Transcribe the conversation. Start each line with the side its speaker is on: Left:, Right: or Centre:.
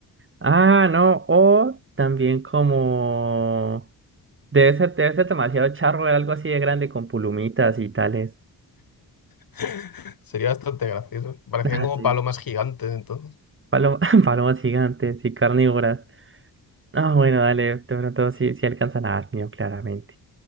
Right: Ah, no, o también como... Debe ser, debe ser demasiado charro ver algo así de grande con pulumitas y tales.
Left: <laughs> Sería bastante gracioso. Parecían
Right: Ah,
Left: como
Right: sí.
Left: palomas gigantes entonces.
Right: Paloma- <laughs> palomas gigantes y carnívoras. Ah, bueno, dale, de pronto sí, sí alcanzan a dar miedo, claramente.